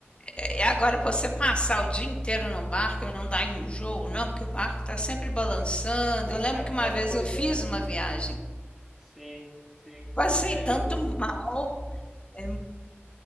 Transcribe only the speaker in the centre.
Interessante.
<laughs>
Pois
é,
sim, sim.
É,
eu,